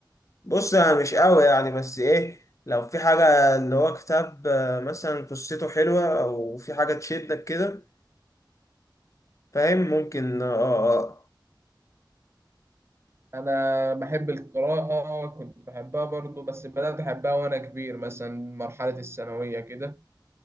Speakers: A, on the left; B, on the right.
A: بص انا مش قوي يعني بس ايه لو في حاجه اللي هو كتاب آه، مثلا قصته حلوه او في حاجه تشدك كده فاهم ممكن اه آه،
B: أنا بحب القراءة كنت بحبها برضو بس بدأت أحبها وأنا كبير مثلا مرحلة الثانوية كده